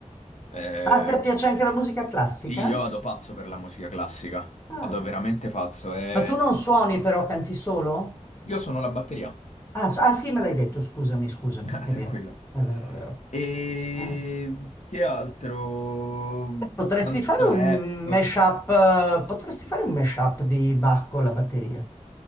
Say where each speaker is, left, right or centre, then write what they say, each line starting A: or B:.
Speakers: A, on the left; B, on the left.
A: Eh,
B: a te piace anche la musica classica?
A: sì, io vado pazzo per la musica classica.
B: Ah.
A: Vado veramente pazzo e
B: Ma tu non suoni però, canti solo?
A: io sono la batteria.
B: Ah, so- ah, sì, me l'hai detto, scusami, scusami,
A: Ah,
B: è
A: tranquilla.
B: vero, è vero, è vero.
A: E
B: Eh.
A: che altro?
B: Potresti
A: Tanto
B: fare un
A: rap,
B: mashup, eh, potresti fare un mashup di Bach con la batteria.